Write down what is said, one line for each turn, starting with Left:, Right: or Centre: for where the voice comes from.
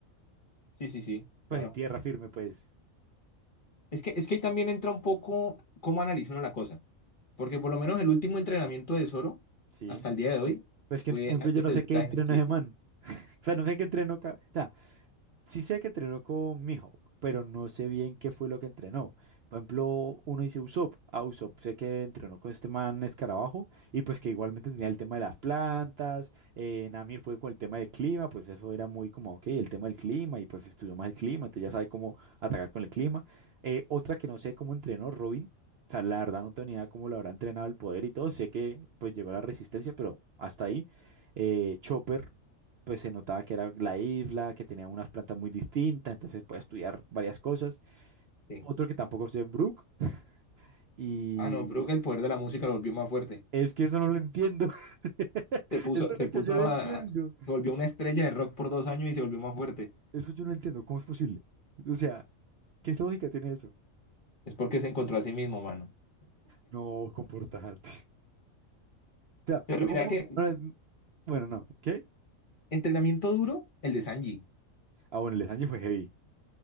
Left: Sí, sí, sí,
Right: Pues
Left: claro.
Right: en tierra firme, pues,
Left: Es que, es que ahí también entra un poco cómo analiza uno la cosa. Porque por lo menos el último entrenamiento de Zoro,
Right: sí.
Left: hasta el día de hoy,
Right: Pues que,
Left: fue
Right: por ejemplo,
Left: antes
Right: yo no
Left: del
Right: sé qué
Left: time
Right: entreno
Left: skip.
Right: ese man. O sea, no sé qué entreno. ca- O sea, Sí sé que entrenó con Mihawk, pero no sé bien qué fue lo que entrenó. Por ejemplo, uno dice Usopp. A Usopp sé que entrenó con este man Escarabajo y pues que igualmente tenía el tema de las plantas. Eh, Nami fue con el tema del clima, pues eso era muy como, ok, el tema del clima y pues estudió más el clima, entonces ya sabe cómo atacar con el clima. Eh, otra que no sé cómo entrenó Robin. O sea, la verdad no tenía idea cómo lo habrá entrenado el poder y todo. Sé que pues llegó la resistencia, pero hasta ahí. Eh, Chopper pues se notaba que era la isla, que tenía unas plantas muy distintas, entonces puede estudiar varias cosas.
Left: Sí.
Right: Otro que tampoco sé es Brook, y
Left: Ah, no, creo que el poder de la música lo volvió más fuerte.
Right: es que eso no lo entiendo. <laughs>
Left: Se puso,
Right: Eso es
Left: se
Right: lo
Left: puso
Right: que yo no
Left: a-
Right: entiendo.
Left: a- se volvió una estrella de rock por dos años y se volvió más fuerte.
Right: Eso yo no lo entiendo. ¿Cómo es posible? O sea, ¿qué lógica tiene eso?
Left: Es porque se encontró a sí mismo, mano.
Right: No, comportarte. <laughs> O sea,
Left: Pero
Right: ¿cómo?
Left: mira que
Right: Ahora, n- Bueno, no. ¿Qué?
Left: Entrenamiento duro, el de Sanji.
Right: Ah, bueno, el de Sanji fue heavy.